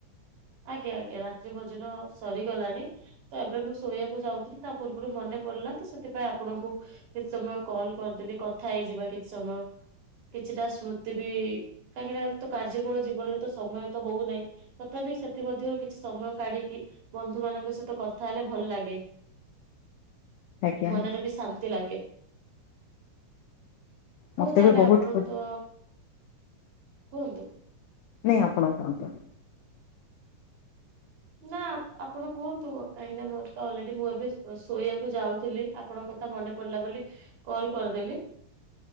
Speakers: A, on the right (about 80°); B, on the left (about 80°).
A: ଆଜ୍ା ଆଜ୍ଞା ରାତି ଭୋଜନ ସରିଗଲାଣି ତ ଏବେ ମୁଁ ଶୋଇବାକୁ ଯାଉଥିଲି ତା ପୂର୍ବରୁ ମନେ ପଡିଲା ସେଥିପାଇଁ ଆପଣଙ୍କୁ କିଛି ସମୟ କଲ କରିଦେଲି କଥା ହେଇଯିବା କିଛି ସମୟ। କିଛିଟା ସ୍ମୃତି ବି କାହିଁକି ନା ତ କାର୍ଯ୍ୟ କଳ ଜୀବନରେ ତ ସମୟ ତ ହଉନାହିଁ ତଥାପି ସେ ମଧ୍ୟରୁ କିଛି ସମୟ କାଢିକି ବନ୍ଧୁ ମାନଙ୍କ ସହିତ କଥା ହେଲେ ଭଲ ଲାଗେ।
B: ଆଜ୍ଞା
A: ମନରେ ବି ଶାନ୍ତି ଲାଗେ। ହଉ
B: ମତେ
A: ତାହେଲେ
B: ବି ବହୁତ
A: ଆପଣ
B: ଖୁସି
A: ତ କୁହନ୍ତୁ।
B: ନଁ ଆପଣ କାମ କରୁ
A: ନା ଆପଣ କୁହନ୍ତୁ କାହିଁକି ନା ମୋର ତ ଅଲରେଡି ମୁଁ ଏବେ ଶୋଇବାକୁ ଯାଉଥିଲି ଆପଣ କ ମନେ ପିଲା ବୋଲି କଲ କରିଦେ